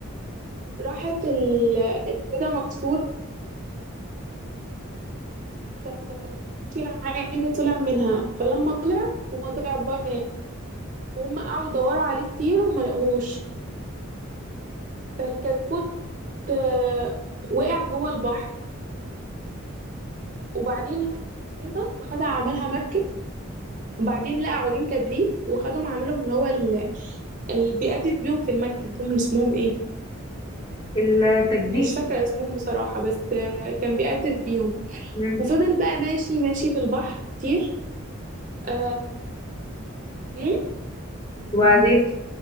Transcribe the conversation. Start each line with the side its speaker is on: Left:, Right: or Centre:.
Right: راحت البيضة مكسورة وكان في عين طلع منها فلما طلع هو طلع بره وهم قعدوا يدوروا عليه كتير وما لقوهوش فالكتكوت آه وقع جوه البحر وبعدين لقى البيضة فخدها عملها مركب وبعدين لقى عودين كبريت وخدهم عملهم اللي هو ال اللي بيقدف بيهم في المركب دول اللي اسمهم ايه
Left: التجديد
Right: مش فاكرة اسمهم بصراحة بس آه، كان بيقدف بيهم
Left: مم.
Right: وفضل بقى ماشي ماشي في البحر كتير آه، مم؟
Left: وبعدين